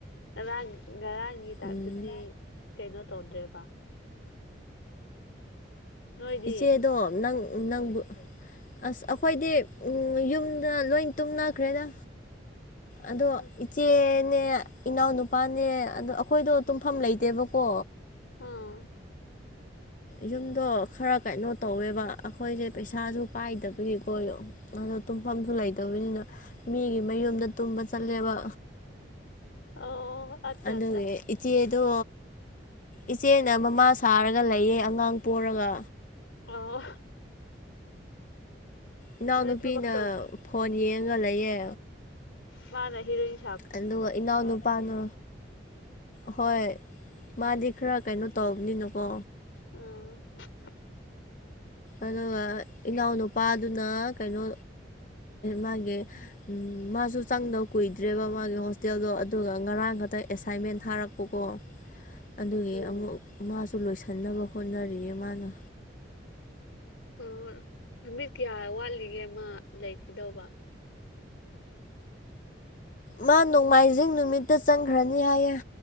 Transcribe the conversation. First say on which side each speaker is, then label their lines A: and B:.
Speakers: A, on the left (about 85°); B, on the left (about 45°).
A: ꯉꯔꯥꯡꯒꯤ ꯉꯔꯥꯡꯒꯤ ꯇꯥꯏꯞꯇꯗꯤ
B: ꯎꯝ
A: ꯀꯩꯅꯣ ꯇꯧꯗ꯭ꯔꯦꯕ ꯅꯣꯏꯗꯤ
B: ꯏꯆꯦꯗꯣ ꯅꯪ ꯅꯪꯕꯨ ꯑꯁ ꯑꯩꯈꯣꯏꯗꯤ ꯌꯨꯝꯗ ꯂꯣꯏ ꯇꯨꯝꯅꯈ꯭ꯔꯦꯗ ꯑꯗꯣ
A: ꯑꯁ
B: ꯏꯆꯦꯅꯦ ꯏꯅꯥꯎꯅꯨꯄꯥꯅꯦ ꯑꯗ ꯑꯩꯈꯣꯏꯗꯣ ꯇꯨꯝꯐꯝ ꯂꯩꯇꯦꯕꯀꯣ
A: ꯑꯥ
B: ꯌꯨꯝꯗꯣ ꯈꯔ ꯀꯩꯅꯣ ꯇꯧꯋꯦꯕ ꯑꯩꯈꯣꯏꯁꯦ ꯄꯩꯁꯥꯁꯨ ꯄꯥꯏꯗꯕꯒꯤ ꯀꯣ ꯑꯗꯣ ꯇꯨꯝꯐꯝꯁꯨ ꯂꯩꯇꯕꯅꯤꯅ ꯃꯤꯒꯤ ꯃꯌꯨꯝꯗ ꯇꯨꯝꯕ ꯆꯠꯂꯦꯕ
A: ꯑꯣ ꯑꯠꯆꯥ
B: ꯑꯗ
A: ꯑꯠꯆꯥ
B: ꯏꯆꯦꯗꯣ ꯏꯆꯦꯅ ꯃꯃꯥ ꯁꯥꯔꯒ ꯂꯩꯌꯦ ꯑꯉꯥꯡ ꯄꯣꯔꯒ
A: ꯑꯣ
B: ꯏꯅꯥꯎꯅꯨꯄꯤꯅ
A: ꯅꯣꯏ ꯊꯕꯛ ꯇꯧ
B: ꯐꯣꯟ ꯌꯦꯡꯉꯒ ꯂꯩꯌꯦ
A: ꯋꯥꯔ ꯍꯔꯣꯏꯏ
B: ꯑꯗꯨꯒ ꯏꯅꯥꯎꯅꯨꯄꯥꯅ ꯍꯣꯏ ꯃꯥꯗꯤ ꯈꯔ ꯀꯩꯅꯣ ꯇꯧꯕꯅꯤꯅꯀꯣ
A: ꯑꯥ
B: ꯑꯗꯨꯒ ꯏꯅꯥꯎꯅꯨꯄꯥꯗꯨꯅ ꯀꯩꯅꯣ ꯃꯥꯒꯤ ꯃꯥꯁꯨ ꯆꯪꯗꯕ ꯀꯨꯏꯗ꯭ꯔꯦꯕ ꯃꯥꯒꯤ ꯍꯣꯁꯇꯦꯜꯗꯣ ꯑꯗꯨꯒ ꯉꯔꯥꯡ ꯈꯛꯇꯪ ꯑꯦꯁꯥꯏꯟꯃꯦꯟ ꯊꯥꯔꯛꯄꯀꯣ ꯑꯗꯨꯒꯤ
A: ꯎꯝ
B: ꯑꯃꯨꯛ ꯃꯥꯁꯨ ꯂꯣꯏꯁꯤꯟ ꯅꯕ ꯍꯣꯠꯅꯔꯤꯌꯦ ꯃꯥꯅ
A: ꯍꯣꯏ ꯍꯣꯏ ꯅꯨꯃꯤꯠ ꯀꯌꯥ ꯋꯥꯠꯂꯤꯒꯦ ꯑꯃ ꯂꯩꯈꯤꯗꯧꯕ
B: ꯃꯥ ꯅꯣꯡꯃꯥꯏꯖꯤꯡ ꯅꯨꯃꯤꯠꯇꯥ ꯆꯪꯈ꯭ꯔꯅꯤ ꯍꯥꯏꯌꯦꯦ